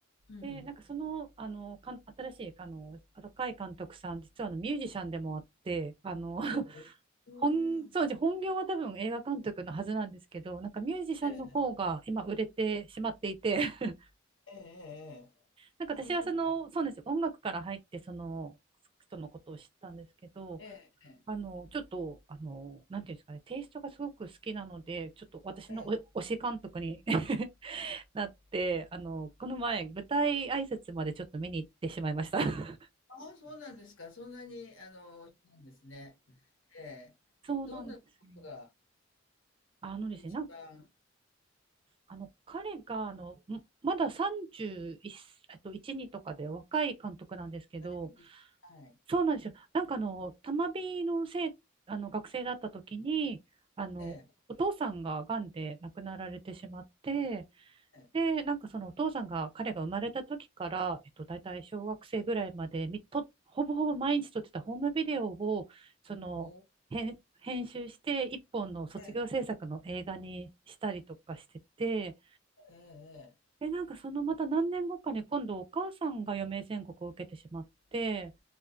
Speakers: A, on the left; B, on the right.
A: うん。
B: で、なんかその、あの、かん、新しい、あの、若い監督さん、実はあの、ミュージシャンでもあって、あの、<laughs>
A: ええ、ええ、
B: 本、そうですね本業は多分映画監督のはずなんですけど、なんかミュージシャンの方が今売れてしまっていて、
A: ええ、
B: <laughs>
A: ええ、
B: なんか私はその、
A: ああ、そうなん、
B: そうなんですよ、音楽から入って、その、人のことを知ったんですけど、
A: ええ、ええ、
B: あの、ちょっと、あの、なんていうんですかね、テイストがすごく好きなので、ちょっと私のお推し監督に
A: ええ、
B: <laughs> なって、あの、この前、舞台挨拶までちょっと見に行ってしまいました。<laughs>
A: ああ、そうなんですか。そんなに、あの、なんですね。ええ、
B: そうなんですよ。
A: どんなところが
B: あのですね、
A: 一番、
B: なん
A: は
B: あの、彼が、あの、んまだ31、えっと、1、2とかで若い監督なんですけど、
A: いですはい、
B: そうなんですよ。なんかあの、玉美のせい、あの、学生だった時に、あの、
A: ええ、
B: お父さんが癌で亡くなられてしまって、
A: ええ、
B: で、なんかそのお父さんが、彼が生まれた時から、えっと、大体小学生ぐらいまでみと、ほぼほぼ毎日撮ってたホームビデオを、その、
A: おお、
B: 編編集して、一本の卒業制作の映画にしたりとかしてて、
A: ええ、ええ、
B: で、なんかそのまた何年後かに今度お母さんが余命宣告を受けてしまって、